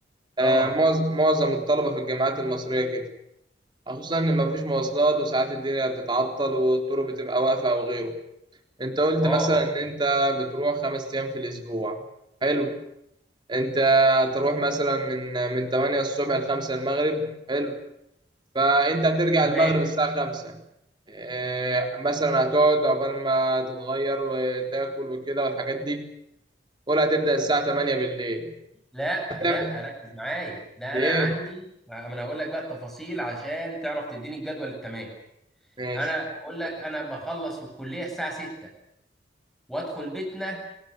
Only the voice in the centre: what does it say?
اه
اه
تمام
لا
لا ركز معايا ده
انا عندي ما انا هقول لك بقى التفاصيل عشان تعرف تديني الجدول التمام
انا بقول لك انا بخلص في الكليه الساعه 6 وادخل بيتنا